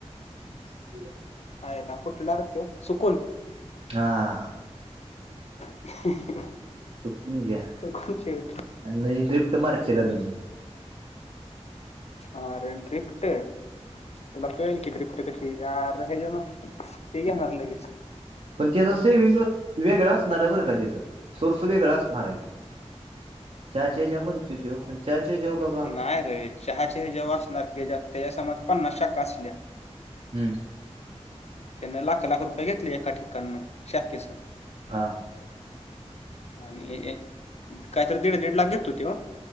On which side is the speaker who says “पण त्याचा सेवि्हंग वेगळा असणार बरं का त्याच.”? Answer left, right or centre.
Right